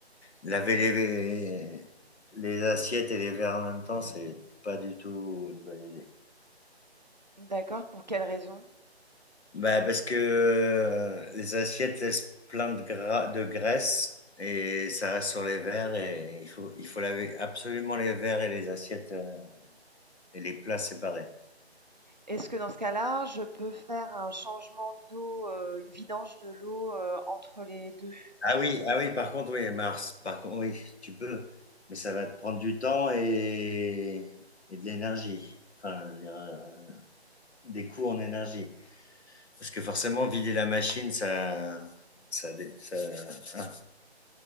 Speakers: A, on the left (about 75°); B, on the right (about 45°).
A: laver les, les assiettes et les verres en même temps, c'est pas du tout une bonne idée.
B: D'accord, pour quelle raison?
A: Bah, parce que euh, les assiettes laissent plein de, gras, de graisse et ça reste sur les verres et il faut, il faut laver absolument les verres et les assiettes euh, et les plats séparés.
B: Est-ce que dans ce cas-là, je peux faire un changement d'eau, heu, une vidange de l'eau, heu, entre les deux
A: Ah oui, ah oui, par contre, oui, Mars, par contre, oui, tu peux, mais ça va te prendre du temps et, et de l'énergie. Enfin, je veux dire, euh, des coûts en énergie. Parce que forcément, vider la machine, ça, ça, dé- ça, hein,